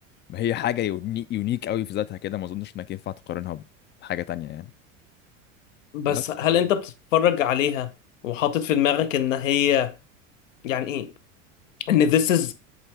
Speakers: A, on the left; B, on the left.
A: ما هي حاجه يونيك يونيك قوي في ذاتها كده ما اظنش انك ينفع تقارنها بحاجه تانية يعني
B: بس
A: بس
B: هل
A: ف-
B: انت بتتفرج عليها وحاطط في دماغك ان هي يعني ايه ان this is